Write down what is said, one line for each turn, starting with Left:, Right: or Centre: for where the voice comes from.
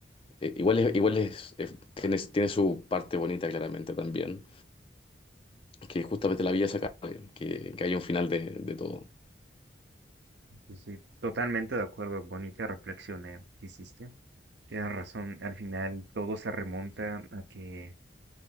Left: eh, igual es, igual es, es- tiene, tiene su parte bonita claramente también, que justamente la vida se acabe, que, que haya un final de, de todo.
Right: Sí, sí, totalmente de acuerdo. Bonita reflexión eh, que hiciste. Tienes razón. Al final todo se remonta a que